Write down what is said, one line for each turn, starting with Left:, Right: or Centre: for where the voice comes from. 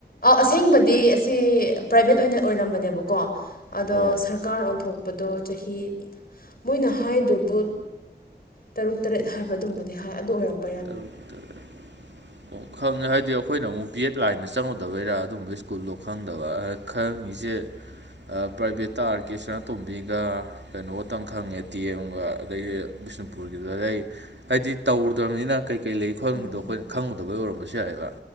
Left: ꯑꯁꯦꯡꯕꯗꯤ ꯑꯁꯤ ꯄ꯭ꯔꯥꯏꯚꯦꯠ ꯑꯣꯏꯅ ꯑꯣꯏꯔꯝꯕꯅꯦꯕꯀꯣ ꯑꯗꯣ
Right: ꯑꯣ
Left: ꯁꯔꯀꯥꯔ ꯑꯣꯟꯊꯣꯛꯄꯗꯣ ꯆꯍꯤ ꯃꯣꯏꯅ ꯍꯥꯏꯗꯨꯕꯨ ꯇꯔꯨꯛ ꯇꯔꯦꯠ ꯍꯥꯏꯕ ꯑꯗꯨꯝꯕꯅꯤ ꯍꯥꯏ ꯑꯗꯨ ꯑꯣꯏꯔꯝꯕ
Right: ꯇꯔꯨꯛ ꯇꯔꯔꯦ ꯑꯣꯀꯦ <inaudible> ꯈꯪꯉꯦ ꯍꯥꯏꯗꯤ ꯑꯩꯈꯣꯏꯅ ꯑꯃꯨꯛ ꯕꯦꯠ ꯂꯥꯏꯟꯗ ꯆꯪꯉꯨꯗꯕꯩꯔꯥ ꯑꯗꯨꯝꯕ ꯁ꯭ꯀꯨꯜꯗꯣ ꯈꯪꯗꯕ ꯈꯪꯉꯤꯁꯦ ꯄ꯭ꯔꯥꯏꯚꯦꯠꯇ ꯑꯥꯔ ꯀꯦ ꯁꯅꯥꯇꯣꯝꯕꯤꯒ ꯀꯩꯅꯣꯇꯪ ꯈꯪꯉꯦ ꯇꯤ ꯑꯦꯝꯒ ꯑꯗꯩ ꯕꯤꯁꯅꯨꯄꯨꯔꯒꯤꯗꯨ ꯍꯥꯏꯗꯤ ꯇꯧ ꯇꯧꯔꯨꯗ꯭ꯔꯕꯅꯤꯅ ꯀꯩꯀꯩ ꯂꯩꯒ ꯈꯣꯠꯂꯝꯒꯤꯗꯣ
Left: ꯎꯝ
Right: ꯑꯩꯈꯣꯏꯅ ꯈꯪꯉꯨꯗꯕꯩ ꯑꯣꯏꯔꯝꯕꯁꯨ ꯌꯥꯏꯑꯦꯕ